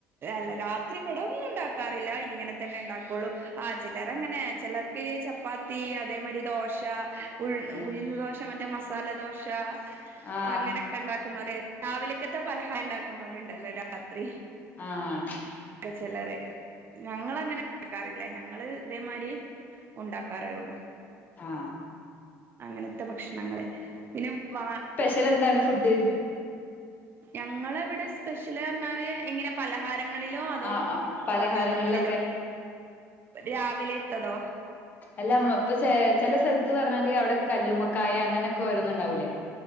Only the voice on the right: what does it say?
ല്ല രാത്രി ഇവിടെ ഒന്നും ഉണ്ടാക്കാറില്ല ഇങ്ങനെ തന്നെ ഉണ്ടാക്കുള്ളു ആ ചിലർ അങ്ങനെ ചിലർ ചപ്പാത്തി അതേമാതിരി ദോശ ഉഴു
ഉഴുന്ന് ദോശ മറ്റേ മസാല ദോശ
അങ്ങനെയൊക്കെ ഉണ്ടാക്കുന്നത് രാവിലക്കത്തെ ഫലഹാരം ഉണ്ടാക്കുന്നോലുണ്ടല്ലോ രാത്രി
ആഹ് ചെലറിയ ഞങ്ങളങ്ങനെ ഉണ്ടാക്കാറില്ല ഞങ്ങള് ഇതേമാതിരി ഉണ്ടാക്കാറേ ഉള്ളു
അങ്ങനത്തെ ഭക്ഷണങ്ങള് പിന്നെ വ
ഞങ്ങളവിടെ സ്പെഷ്യല് അർഞ്ഞാല് ഇങ്ങനെ പലഹാര ങ്ങളിലോ അതോ
ഭക്ഷണങ്ങളിലോ രാവിലെ ത്തതോ